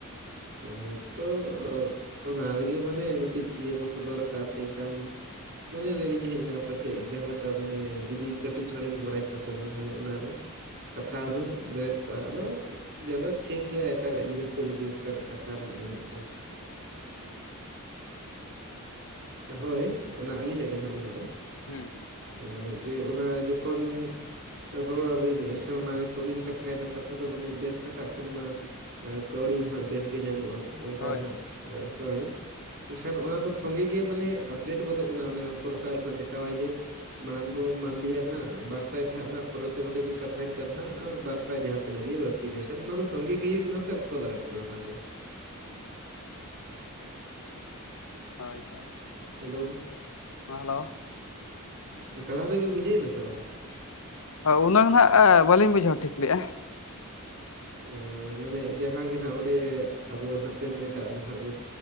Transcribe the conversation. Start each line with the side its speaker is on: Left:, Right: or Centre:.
Right: ᱦᱳᱭᱛᱚ ᱚᱻ ᱚᱱᱟ ᱜᱮ ᱢᱟᱱᱮ ᱢᱤᱫᱴᱤᱡ ᱤᱭᱟᱹ ᱠᱚ ᱥᱚᱫᱚᱨ ᱠᱟᱜ-ᱟ ᱥᱮ ᱮᱱᱠᱷᱟᱱ ᱢᱚᱱᱮᱨᱮᱞᱤᱱ ᱦᱮᱡ ᱮᱱᱟ, ᱯᱟᱪᱷᱮᱜ ᱡᱟᱦᱟᱸ ᱞᱮᱠᱟ ᱢᱟᱱᱮ ᱡᱩᱫᱤ ᱠᱟᱴᱤᱡ ᱪᱷᱚᱲᱮ ᱵᱤᱱ ᱵᱟᱲᱟᱭ ᱠᱷᱟᱱ ᱫᱚ ᱦᱳᱭ ᱚᱱᱟᱨᱮ ᱠᱟᱛᱷᱟ ᱦᱩᱱᱟᱝ ᱵᱮᱨᱮᱫ ᱠᱚᱜᱼᱟ᱾ ᱟᱫᱚ ᱡᱟᱫᱟ ᱴᱷᱤᱠ ᱜᱮᱭᱟ᱾ ᱮᱴᱟᱜᱟᱜ ᱡᱤᱱᱤᱥ ᱠᱚ ᱡᱩᱫᱤ ᱚᱱᱠᱟᱱᱟᱜ ᱠᱟᱛᱷᱟ ᱨᱮᱱᱟᱜ ᱢᱮᱱᱟᱜ ᱠᱷᱟᱱ᱾ ᱦᱳᱭ ᱚᱱᱟ ᱟᱞᱤᱧᱟᱜ ᱜᱮ ᱢᱮᱱᱟᱜᱼᱟ᱾
Left: ᱦᱩᱸ, ᱦᱩᱸ᱾
Right: ᱮ ᱡᱮ ᱚᱱᱟ ᱡᱚᱠᱷᱚᱱ ᱨᱚᱲᱟᱵᱤᱱ ᱮᱱᱠᱷᱟᱱ ᱢᱟ, ᱱᱤᱛᱚᱜ ᱞᱤᱧ ᱠᱟᱛᱷᱟᱭ ᱮᱱᱟ, ᱠᱟᱛᱷᱟ ᱫᱚ ᱢᱟᱱᱮ ᱵᱮᱥ ᱠᱟᱛᱷᱟᱜ ᱠᱷᱟᱱ ᱢᱟ ᱠᱟᱹᱣᱲᱤ ᱦᱚᱸᱱᱟᱜ ᱵᱮᱥ ᱜᱮ ᱧᱟᱢᱚᱜᱼᱟ᱾ ᱚᱱᱠᱟ
Left: ᱦᱳᱭ
Right: ᱱᱟᱜ
Left: ᱦᱳᱭ
Right: ᱦᱳᱭ ᱮᱱᱠᱷᱟᱱ ᱚᱱᱟ ᱫᱚ ᱥᱚᱸᱜᱮ ᱜᱮ ᱢᱟᱱᱮ ᱟᱯᱰᱮᱴ ᱜᱚᱫᱚᱜ ᱠᱟᱱᱟ᱾ ᱚᱱᱮ ᱯᱨᱚᱯᱷᱟᱭᱤᱞ ᱨᱮ ᱱᱟᱜ ᱫᱮᱠᱷᱟᱣᱟᱭ ᱡᱮ ᱢᱟᱲᱟᱝ ᱫᱚ ᱢᱟᱱᱞᱤᱭᱟ ᱱᱟᱜ ᱵᱟᱨᱥᱟᱭ ᱛᱟᱦᱮᱸᱜ ᱞᱮᱱᱟ᱾ ᱯᱚᱨᱮᱛᱮ ᱚᱸᱰᱮ ᱵᱤᱱ ᱠᱟᱛᱷᱟᱭᱮᱱ ᱠᱷᱟᱱ ᱦᱟᱜ ᱵᱟᱨᱥᱟᱭ ᱡᱟᱦᱟᱸ ᱛᱤᱱᱟᱹᱜ ᱜᱮ ᱵᱟᱹᱲᱛᱤ ᱛᱤ ᱞᱮᱱᱠᱷᱟᱱ ᱱᱚᱣᱟ ᱫᱚ ᱥᱚᱸᱜᱮ ᱜᱮ ᱦᱩᱭᱩᱜ ᱠᱟᱱᱟ ᱥᱮ ᱚᱠᱛᱚ ᱞᱟᱜᱟᱜ ᱠᱟᱱᱟ ᱚᱱᱟ ᱨᱮ?
Left: ᱦᱳᱭ, ᱦᱳᱭ᱾
Right: ᱦᱮᱞᱳ᱾
Left: ᱦᱚᱸ ᱦᱮᱞᱳ?
Right: ᱠᱟᱛᱷᱟ ᱫᱚᱵᱮᱱ ᱵᱩᱡᱷᱟᱹᱣ ᱮᱱᱟ ᱥᱮ ᱵᱟᱝ?
Left: ᱩᱱᱟᱹ ᱱᱟᱜ ᱵᱟᱞᱤᱧ ᱵᱩᱡᱷᱟᱹᱣ ᱴᱷᱤᱠ ᱞᱮᱜᱼᱟ᱾
Right: ᱮ ᱢᱟᱱᱮ ᱡᱟᱦᱟᱸ ᱜᱮ ᱱᱟᱜ ᱚᱸᱰᱮ ᱟᱵᱚ ᱱᱟᱜ ᱯᱮᱢᱮᱱᱴᱟᱜ ᱨᱮᱱᱟᱜ ᱵᱚᱱ